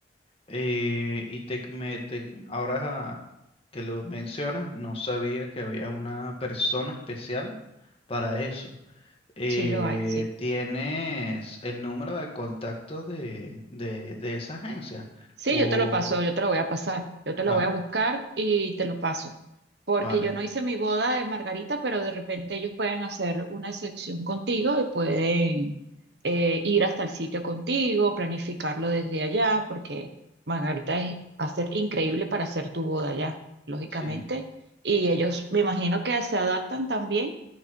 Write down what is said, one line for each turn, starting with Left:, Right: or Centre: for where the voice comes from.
Left: Eh, y te, me, te- ahora que lo mencionas, no sabía que había una persona especial para eso. eh,
Right: Sí, lo hay, sí.
Left: ¿tienes el número de contacto de, de, de esa agencia?
Right: Sí,
Left: O,
Right: yo te lo paso, yo te lo voy a pasar, yo te
Left: vale,
Right: lo voy a buscar y te lo paso. Porque
Left: vale,
Right: yo no hice mi boda de Margarita, pero de repente ellos pueden hacer una excepción contigo y pueden eh, ir hasta el sitio contigo, planificarlo desde allá, porque Margarita es, va a ser increíble para hacer tu boda allá, lógicamente.
Left: sí,
Right: Y ellos, me imagino que se adaptan también